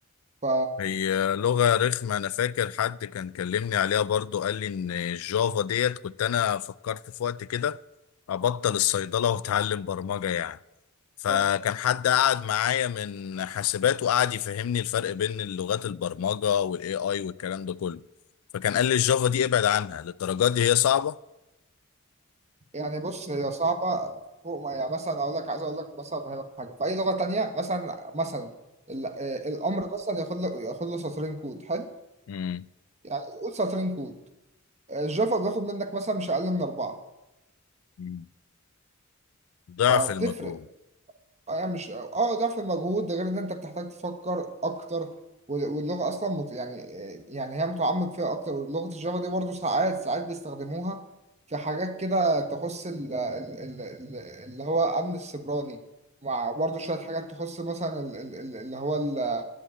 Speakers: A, on the right; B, on the left.
A: ف...
B: هي لغة رخمة انا فاكر حد كان كلمني عليها برضو قال لي ان الجافا ديت كنت انا فكرت في وقت كده ابطل الصيدلة واتعلم برمجة يعني فكان
A: ف...
B: حد قعد معايا من حاسبات وقعد يفهمني الفرق بين اللغات البرمجة والاي اي والكلام ده كله فكان قال لي الجافا دي ابعد عنها للدرجات دي هي صعبة
A: يعني بص هي صعبة فوق ما يعني مثلا أقول لك عايز أقول لك مثلا أفهمك حاجة في أي لغة تانية مثلا مثلا ال- آه، الأمر مثلا ياخد له ياخد له سطرين كود حلو
B: مم.
A: يعني قول سطرين كود آه، الجافا بياخد منك مثلا مش أقل من أربعة
B: مم. ضعف
A: فبتفرق
B: المجهول
A: آه، يعني مش اه ضعف المجهود ده غير ان انت بتحتاج تفكر اكتر وال- واللغه اصلا مت... يعني آه، يعني هي متعمق فيها اكتر ولغه الجافا دي برضو ساعات ساعات بيستخدموها في حاجات كده تخص ال... ال... ال... ال- اللي هو امن السيبراني مع برضو شويه حاجات تخص مثلا ال... ال... ال- اللي هو ال...